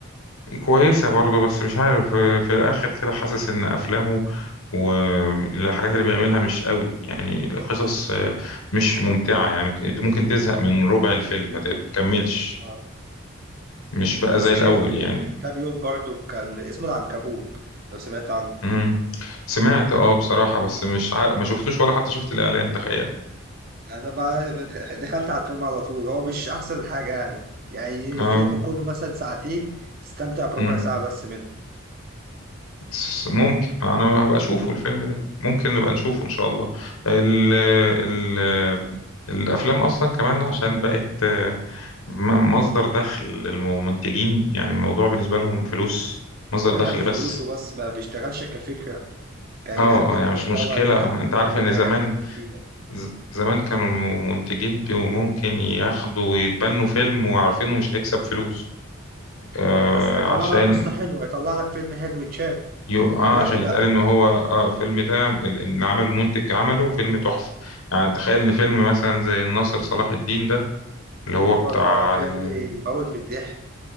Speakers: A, on the left; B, on the right.
A: كويسة برضه بس مش عارف آه، في الآخر كده حاسس إن أفلامه والحاجات اللي بيعملها مش قوي يعني القصص آه، مش ممتعة يعني مت- ممكن تزهق من ربع الفيلم ما تكملش
B: اه
A: مش بقى
B: انا لسه
A: زي الأول
B: شايف له فيلم
A: يعني
B: من كام يوم برضه كان اسمه العنكبوت لو سمعت عنه
A: مم. سمعت اه بصراحة بس مش عارف ما شفتوش ولا حتى شفت الإعلان تخيل
B: انا بقى دخلت على الفيلم على طول هو مش احسن حاجه يعني يعني
A: اه
B: الفيلم كله مثلا ساعتين استمتع بربع
A: مم.
B: ساعه بس منه
A: بس ممكن انا هبقى اشوفه الفيلم ده ممكن نبقى نشوفه ان شاء الله ال ال الافلام اصلا كمان عشان بقت آه، م- مصدر دخل للمنتجين يعني الموضوع بالنسبه لهم فلوس
B: اشتغل
A: مصدر دخل
B: فلوس
A: بس
B: وبس ما بيشتغلش كفكره كيقدم
A: اه اه يعني
B: محتوى
A: مش مشكله
B: يقدم
A: آه، انت عارف
B: حاجه
A: ان زمان
B: حلوه مفيده
A: ز- زمان كانوا المنتجين بيبقوا ممكن ياخدوا ويتبنوا فيلم وعارفين انه مش هيكسب فلوس آه
B: اه بس هيطلع
A: عشان
B: لك قصه حلوه هيطلع لك فيلم حلو يتشاف
A: يو اه
B: دلوقتي
A: عشان
B: لا
A: يتقال ان هو اه الفيلم ده ال- اللي عمله المنتج عمله فيلم تحفة يعني تخيل ان فيلم مثلا زي الناصر صلاح الدين ده اللي هو بتاع
B: اه ده فيلم
A: آه
B: يموت من الضحك